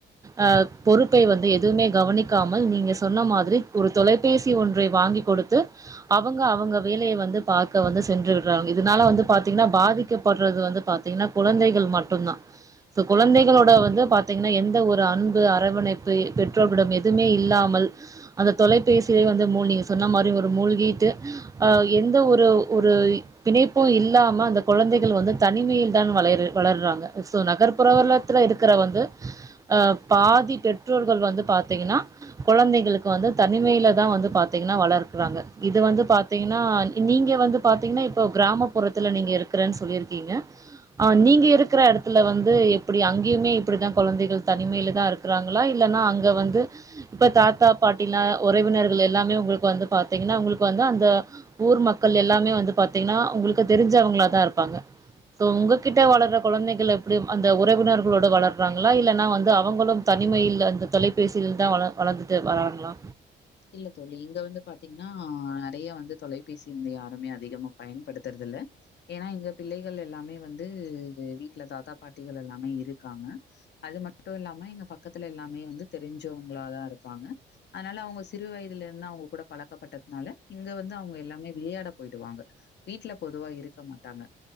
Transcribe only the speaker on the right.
அ பொறுப்பை வந்து எதுவுமே கவனிக்காமல் நீங்க சொன்ன மாதிரி ஒரு தொலைபேசி ஒன்றை வாங்கி கொடுத்து அவங்க அவங்க வேலையை வந்து பாக்க வந்து சென்று விடுறாங்க இதுனால வந்து பாத்தீங்னா பாதிக்கப்படுறது வந்து பாத் பாத்தீங்னா குழந்தைகள் மட்டுதா சோ குழந்தைகளோட வந்து பாத்தீங்னா எந்த ஒரு அன்பு அரவணைப்பு பெற்றோர்களிட எதுமே இல்லாமல் அந்த தொலைபேசியே வந்து மூழ்கிட்டு நீங்க சொன்ன மாரி ஒரு மூழ்கீட்டு ஆ எந்த ஒரு ஒரு பிணைப்பு இல்லாம அந்த குழந்தைக வந்து தனிமையி தா வளை வளர்றாங்க சோ நகர்ப்புற வலத்துல இருக்கிற வந்து அஹ் பாதி பெற்றோர்கள் வந்து பாத்தீங்கனா கொழந்தைங்களுக்கு வந்து தனிமையில தா வந்து பாத்தீங்னா வளர்கக்குறாங்க இது வந்து பா பாத்தீங்னா நீங்க வந்து பாத்தீங்னா இப்போ கிராமப்புறத்தல நீங்க இருக்கிறன்னு சொல்லியிருக்கீங்க ஆஹ் நீங்க இருக்கிற இடத்துல வந்து எப்டி அங்கேயுமே இபடிதா குழந்தைகள் தனிமையில தா இருக் க்கறாங்களா இல்லன்னா அங்க வந்து இப்ப தாத்தா பாட்டிலா உறவினர்கள் எல்லாமே உங்களுக்கு வந்து பாத்தீங்னா உங்களுக்கு வந்து அந்த ஊர் மக்கள் எல்லாமே வந்து பாத்தீங்னா உங்களுக்கு தெரிஞ்சவங்கள தா இருப்பாங்க சோ உங்க கிட்ட வளர்ற குழந்தைகள் எப்டி அந்த உறவினர்களோட வளர்றாங்களா இல்லன்னா வந்து அவங்களு தனிமையில அந்த தொலை பேசிகள் தா வள வளர்ந்துட்டு வரங்களா